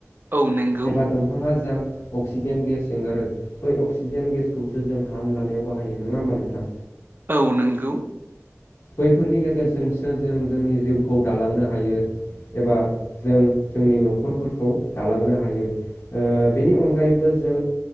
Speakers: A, on the right (about 40°); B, on the left (about 55°).
A: औ नंगौ
B: एबा दं बिफाङा जा अक्सिजेन गेस एंगारो बै अक्सिजेन गेसखौसो जों हां लानायाव बाहायो नङा होमबा नोंथां?
A: औ नोंगौ
B: बैफोरनि गेजेरजोंसो जों जोंनि जिउखौ दालांनो हायो। एबा जों जोंनि न'खरफोरखौ दालांनो हायो। ओ बेनि अनगायैबो जों